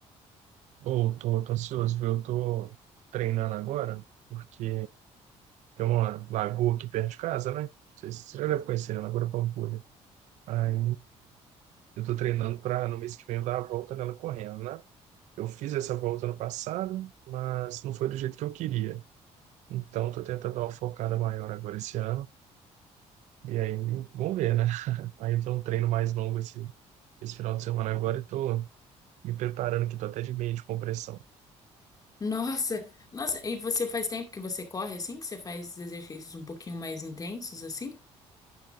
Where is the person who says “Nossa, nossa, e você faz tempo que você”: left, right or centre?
Left